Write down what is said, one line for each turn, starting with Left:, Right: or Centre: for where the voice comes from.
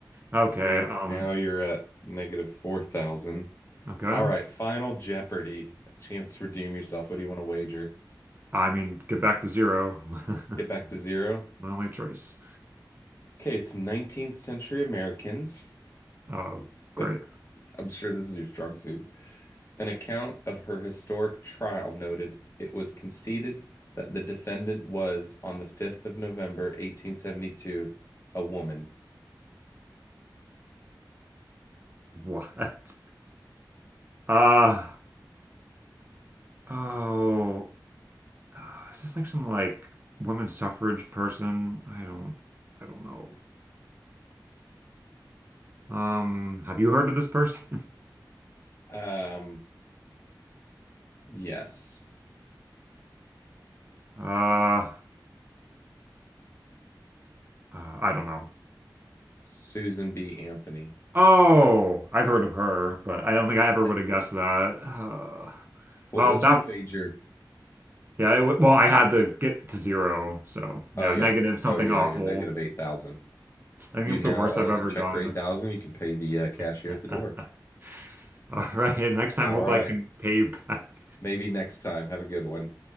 Right: Uh, okay,
Left: So
Right: um,
Left: now you're at negative 4,000.
Right: okay.
Left: All right, Final Jeopardy. Chance to redeem yourself. What do you want to wager?
Right: I mean, get back to zero. <laughs>
Left: Get back to zero.
Right: My only choice.
Left: Okay, it's 19th century Americans.
Right: Oh,
Left: <laughs>
Right: great.
Left: I'm sure this is your strong suit. An account of her historic trial noted it was conceded that the defendant was, on the 5th of November, 1872, a woman.
Right: What? <laughs> Uh, oh, uh, is this like some like women's suffrage person? I don't, I don't know. Uh, um, have you heard of this person? <laughs>
Left: Um, Yes.
Right: Uh, uh, I don't know.
Left: Susan B. Anthony.
Right: Oh, I've heard of her, but I don't think I ever
Left: Yes.
Right: would have guessed that. Uh,
Left: What
Right: well,
Left: was
Right: that
Left: your wager?
Right: yeah, it, w- well, I had to get to zero, so
Left: Oh,
Right: yeah,
Left: yes.
Right: negative
Left: So,
Right: something
Left: yeah,
Right: awful.
Left: you're negative 8,000.
Right: I think
Left: You
Right: it's
Left: now
Right: the worst
Left: owe
Right: I've
Left: us
Right: ever
Left: a check
Right: done.
Left: for 8,000. You can pay the uh, cashier
Right: <laughs>
Left: at the door.
Right: All right, next time,
Left: All
Right: hopefully
Left: right.
Right: I can pay you back.
Left: Maybe next time. Have a good one.